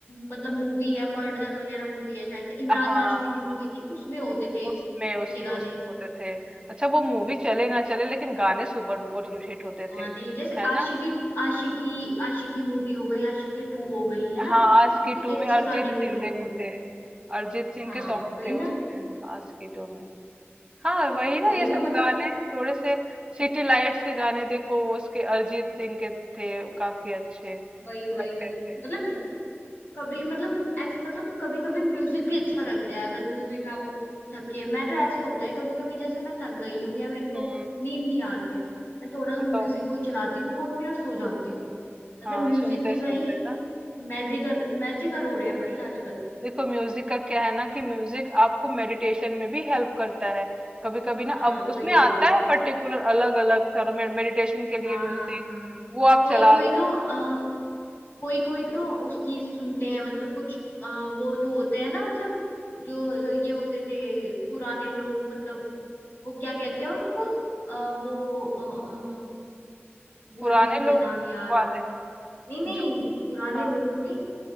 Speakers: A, on the left; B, on the right.
A: मतलब मूवी है मर्डर वगैरह मूवी है शायद से इमरान
B: हाँ
A: हाशमी की
B: हाँ
A: मूवी थी उसमें होते थे
B: उसमें उसमें
A: उसके गाने
B: उसमें होते थे अच्छा वो मूवी चले ना चले लेकिन गाने सुपर डुपर हिट होते
A: गाने
B: थे
A: जैसे
B: है
A: आशिकी
B: ना
A: आशिकी आशिकी मूवी हो गई आशिकी टू हो गई है
B: हाँ
A: ना
B: आज की
A: कितने
B: टू
A: अच्छे
B: में अरिजीत
A: गाने थे
B: सिंह
A: उन
B: देखो
A: मूवी
B: थे
A: में
B: अरिजीत सिंह
A: हाँ
B: के सॉन्ग
A: वही
B: थे
A: ना
B: उसमें आज की टू में हाँ वही ना
A: वही
B: ये सब
A: ना मतलब
B: गाने थोड़े से सिटी लाइट्स के गाने देखो वो उसके अरिजीत सिंह के थे काफी अच्छे
A: वही वही
B: लगते थे
A: मतलब कभी मतलब ऐसे मतलब कभी कभी म्यूजिक भी अच्छा लगता है अगर म्यूजिक आप थके मैं तो ऐसे होता है कभी कभी जैसे मैं थक गई हूँ या मेरे को
B: हम्म
A: नींद नहीं आ रही है मैं थोड़ा सा म्यूजिक
B: तो
A: कोई चलाती हूँ फोन में और सो जाती हूँ मतलब
B: हाँ
A: म्यूजिक
B: सुनते
A: भी
B: सुनते
A: भाई
B: ना
A: मैजिकल मैजिकल हो रहे हैं भाई आजकल
B: देखो म्यूजिक का क्या है ना कि म्यूजिक आपको मेडिटेशन में भी हेल्प करता है कभी कभी ना
A: हाँ
B: अब
A: वही
B: उसमें
A: वही
B: आता है पर्टिकुलर अलग अलग सारा मेडिटेशन के
A: हाँ
B: लिए म्यूजिक
A: हाँ हाँ
B: वो आप
A: कोई
B: चला
A: कोई
B: लो
A: तो आ, कोई कोई तो उसकी सुनते हैं मतलब कुछ आ, वो जो होते हैं ना मतलब जो ये होते थे पुराने लोग मतलब वो क्या कहते हैं उनको अ, वो अ, अ, अ, भूल
B: पुराने
A: रही हूँ मैं
B: लोग
A: नाम यार
B: वाले
A: नहीं नहीं
B: जो
A: पुराने
B: हाँ
A: लोग नहीं